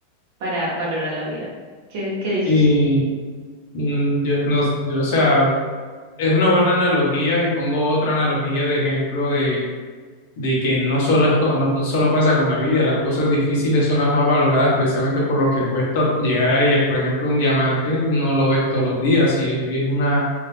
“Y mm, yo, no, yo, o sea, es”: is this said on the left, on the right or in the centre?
Left